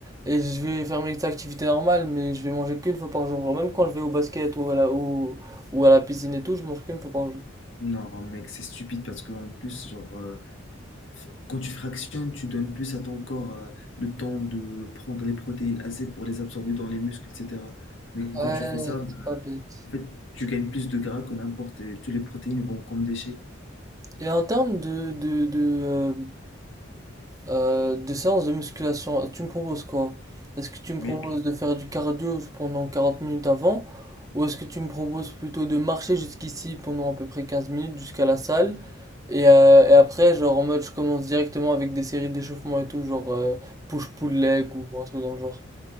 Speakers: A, on the right; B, on the left.
A: et je vais faire mes activités normales, mais je vais manger qu'une fois par jour. Genre, même quand je vais au basket ou à la, ou, ou à la piscine et tout, je mange qu'une fois par jour.
B: Non mec, c'est stupide parce qu'en plus, genre, euh, f- quand tu fractionnes, tu donnes plus à ton corps euh, le temps de prendre les protéines assez pour les absorber dans les muscles, etc. Mais
A: Ouais,
B: quand tu fais ça, bah,
A: c'est pas bête.
B: en fait, tu gagnes plus de gras que n'importe et toutes les protéines vont comme déchets.
A: Et en termes de, de, de, euh, Euh, des séances de musculation, tu me proposes quoi? Est-ce que tu me
B: Mec,
A: proposes de faire du cardio pendant 40 minutes avant? Ou est-ce que tu me proposes plutôt de marcher jusqu'ici pendant à peu près 15 minutes jusqu'à la salle? Et, euh, et après, genre en mode, je commence directement avec des séries d'échauffement et tout, genre euh, push-pull leg ou un truc dans le genre.